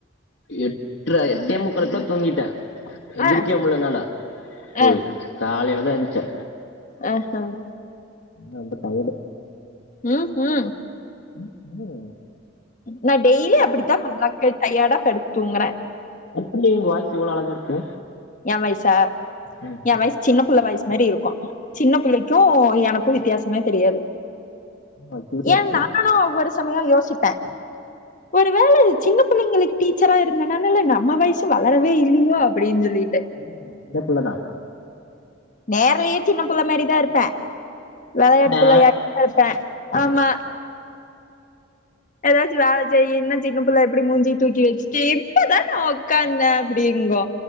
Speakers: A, on the left; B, on the left.
A: எட்ரா எட்டே முக்காலுக்கலா தூங்கிட்டே எந்திரிக்கவே
B: ஆ
A: முடியல என்னால
B: ஆ
A: ம் காலைல தா எந்திரிச்சே
B: அ ஹாங்
A: ரோம்ப டயர்ட்
B: ம் ம்
A: ம் ஓ
B: நா டெய்லி அப்படித்தா மல்லாக்கா டையேடா படுத்தூங்கறே
A: எப்படி உங்க வாய்ஸ் இவ்ளோ அழகா இருக்கு
B: ஏ வாய்ஸா
A: ம்
B: ஏ வாய்ஸ் சின்ன புள்ள வாய்ஸ்மாரி இருக்கோ சின்ன புள்ளைக்கூ எனக்கூ வித்தியாசமே தெரியாது
A: ஆமா க்யூட்டா
B: ஏ
A: இருக்கு
B: நானோ ஒருஸ் சமயோ யோசிப்பே ஒரு வேள சின்ன பிள்ளைங்களுக்கு டீச்சரா இருந்தனால நம்ம வாய்ஸ் வளரவே இல்லியோ அப்படின் சொல்லி
A: இல்லிங்க சின்ன புள்ள தா
B: நேர்லயூ சின்ன புள்ளமேரி தா இருப்பே வெளையாட்டு
A: ஆ
B: புள்ளயாட் அது ஃப்பே ஆமா ஏதாச்சூ வேல செய்யீன்னா சின்ன புள்ள எப்டி மூஞ்சி தூக்கி வெச்சுட்டு இப்பதானா உக்காந்தே அப்டிங்கோ